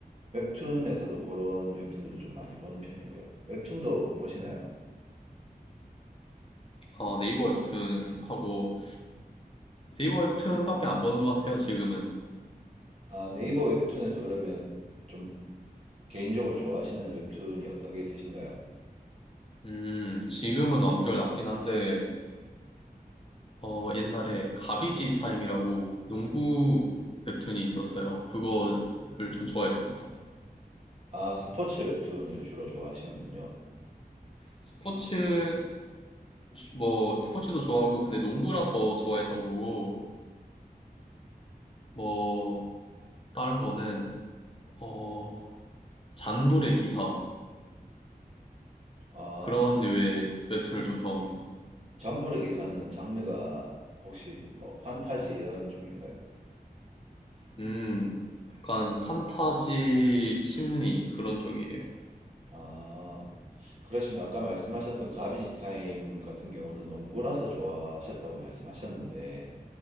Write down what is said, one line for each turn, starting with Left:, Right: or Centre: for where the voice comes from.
Right: 웹툰에서도 그런 웹툰들을 좀 많이 보는 편이고요. 웹툰도 보시나요?
Left: 아, 네이버 웹툰 하고, 네이버 웹툰밖에 안 보는 것 같아요, 지금은.
Right: 아, 네이버 웹툰에서 그러면 좀 개인적으로 좋아하시는 웹툰이 어떤 게 있으신가요?
Left: 음, 지금은 완결 났긴 한데, 어, 옛날에 가비지 타임이라고 농구 웹툰이 있었어요. 그거를 좀 좋아했습니다.
Right: 아, 스포츠 웹툰을 주로 좋아하시는군요.
Left: 스포츠를, 뭐, 스포츠도 좋아하고, 근데 농구라서 좋아했던 거고, 뭐, 다른 거는, 어, 잔불의 기사
Right: 아,
Left: 그런
Right: 잠-
Left: 류의 웹툰을 좀 좋아합니다.
Right: 잠부르 기사는 장르가 혹시 뭐 판타지 이런 쪽인가요?
Left: 음, 약간 판타지 심리 그런 쪽이에요.
Right: 아, 그러시면 아까 말씀하셨던 가비지 타임 같은 경우는 농구라서 좋아하셨다고 말씀하셨는데,